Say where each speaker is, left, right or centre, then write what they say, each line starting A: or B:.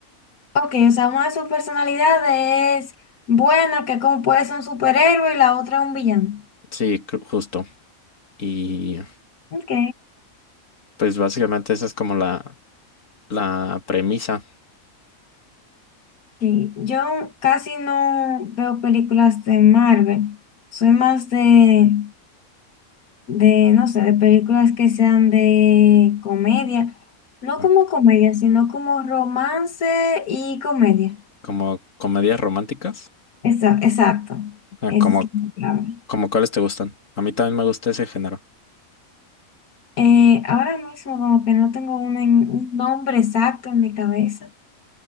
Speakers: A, on the left; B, on the left.
A: Ok, o sea, una de sus personalidades es buena, que como puede ser un superhéroe y la otra es un villano.
B: Sí, cr- justo. Y
A: Ok.
B: pues básicamente esa es como la, la premisa.
A: Sí, Yo casi no veo películas de Marvel. Soy más de de, no sé, de películas que sean de comedia, no
B: ah,
A: como comedia, sino como romance y comedia.
B: Como comedias románticas.
A: Esa- exacto,
B: ah,
A: esa
B: Como,
A: es la palabra.
B: como cuáles te gustan. A mí también me gusta ese género.
A: Eh, ahora mismo como que no tengo un, en- un nombre exacto en mi cabeza